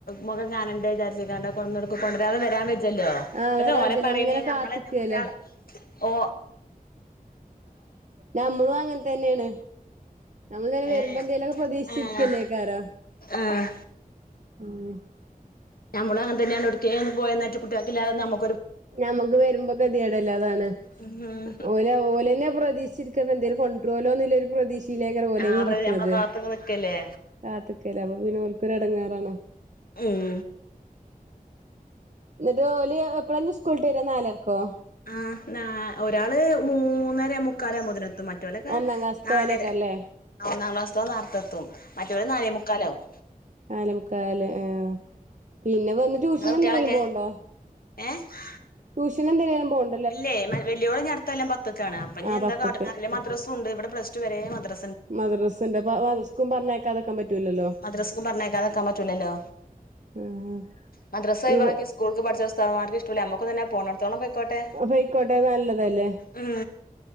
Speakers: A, on the left; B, on the right.
A: മുഖം കാണണ്ടെ വിചാരിച്ചാങ്ങാണ്ട് കൊടുന്നൊടുക്കും കൊണ്ടരാതെ വരാൻ ല്ലോ
B: ആഹ്
A: എന്തിനാ
B: വരാ വെജ്ജല്ല
A: ഓലെ പറീണത്
B: ഇങ്ങനെ കാത്ത്ക്കല്ലേ
A: നമ്മളന്നെ കുട്ടിയാള് ഓ
B: നമ്മളും അങ്ങനെ തന്നെണ് നമ്മൾ ഇങ്ങനെ വരുമ്പോ
A: ഏഹ്
B: എന്തേലൊക്കെ പ്രതീക്ഷിച്ചിരിക്കല്ലേക്കാരം
A: ആഹ് ആഹ്
B: മ <unintelligible>
A: നമ്മളും അങ്ങനെതന്നെയാണ് എവുടുകേലൊന്ന് പോയ കുട്ടിയാക്കില്ലാതൊന്നും നമ്മ
B: ഞമ്മക്ക് വരുമ്പോ ഗതിയേടല്ലെ അതാണ്
A: ഉം
B: ഓല ഓലന്നെ പ്രതീക്ഷിച്ച് എന്തേലും കൊ ണ്ടരോല്ലോ ഒരു പ്രദീക്ഷിലേകാരം ഓലെന്നെ
A: ആഹ് അവര്
B: ഇരിക്ക്‌ണത്
A: നമ്മളെ കാത്ത്ങ്ങനെ നിക്കല്ലേ
B: കാത്ത്ക്കല്ലേ അപ്പൊ പിന്നെ ഓല്കോര് എടങ്ങേറാണ്
A: ഉം
B: ഇന്നിട്ട് ഓല് എപ്പള ഇഞി സ്കൂള്ട്ടേര നാലർക്കോ
A: ആഹ് ന്നാ ഒരാള് മൂന്നര മുക്കാലാവുമ്പതിന് എത്തും മറ്റോലൊക്ക
B: ഒന്നാം ക്ലാസ്ത്തെ
A: നാലര
B: ഓനേക്കാരല്ലേ
A: ഒന്നാം ക്ലാസ്സിത്തോൻ നേർതെത്തും മറ്റോല് നാലേമുക്കാലാവും
B: നാലെ മുക്കാല് ആഹ് പിന്നെ വന്ന് ട്യൂഷൻ
A: ഇങ്ങളെ കുട്ടികളൊക്കെ
B: എന്തിനേലും പോണുണ്ടോ
A: ഏഹ്
B: ട്യൂഷന് എന്തിനേലു പോണ്
A: ഇല്ലെ വല്യോള് ഇഞി അട്ത്തൊല്ലം പത്ത്ക്കാണ് അപ്പഞി
B: ആഹ്
A: എന്താ
B: പത്ത്ക്ക്
A: കാട്ട്ണെ അറീല മദ്രസുണ്ട് ഇവിടെ പ്ലസ്ടു വരേ മദ്ര
B: മദ്രസണ്ട് അപ മദ്രസ്ക്കും പറഞ്ഞയക്കാത്ക്കാൻ പറ്റൂലലൊ
A: മദ്രസ്കും പറഞ്ഞയക്കാതക്കാൻ പറ്റൂലലൊ
B: ആഹ്
A: മദ്രസൊഴിവാകി
B: ഇവ
A: സ് കൂൾക്ക് പഠിച്ച ഉസ്താദുമാർക്ക് ഇഷ്ടോല്ല നമുക്കും തന്നെ പോണൊട്ത്തോളം പൊയ്ക്കോട്ടെ
B: പൊയ്ക്കോട്ടെ നല്ലതല്ലേ
A: ഉ